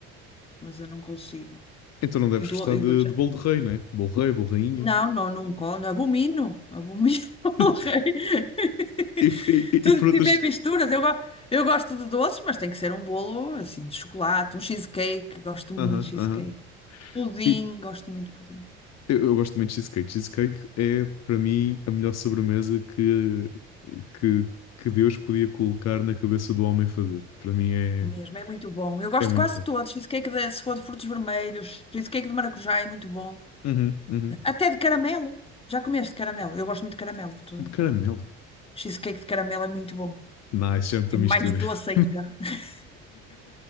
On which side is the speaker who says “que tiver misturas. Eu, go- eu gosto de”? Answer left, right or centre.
Left